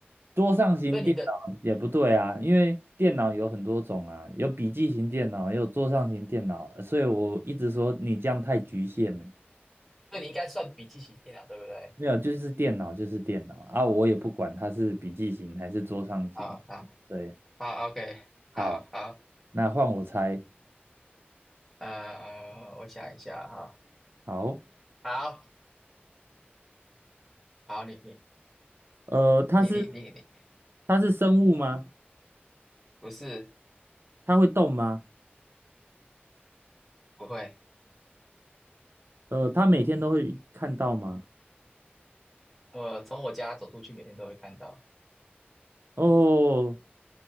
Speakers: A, on the right (about 70°); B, in the centre.
A: 桌上型电脑也不对啊，
B: 所以你的，
A: 因为电脑有很多种啊，有笔记型电脑，也有桌上型电脑，所以我一直说你这样太局限了。
B: 所以你应该算笔记型电脑对不对？
A: 没有，就是电脑就是电脑啊，我也不管它是笔记型还是桌上型。
B: 好好
A: 对，
B: 好，OK，
A: 好，
B: 好好。
A: 那换我猜。
B: 呃，我想一下哈，
A: 好，
B: 好好，你你
A: 呃，它是
B: 你你你你，
A: 它是生物吗？
B: 不是
A: 它会动吗？
B: 不会，
A: 呃，它每天都会看到吗？
B: 我从我家走出去，每天都会看到。
A: 哦，